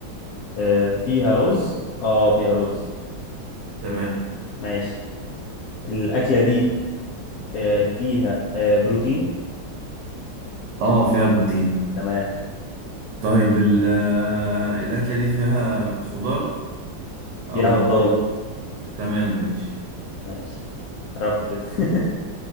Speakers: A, on the left; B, on the right.
A: آه، فيها رز اه فيها رز
B: تمام
A: ماشي الأكلة دي آه، فيها آه، بروتين
B: اه فيها بروتين
A: تمام
B: طيب ال- آه الأكلة دي فيها خضار أو
A: فيها خضار
B: بقول تمام ماشي
A: ماشي قربت كده <laughs>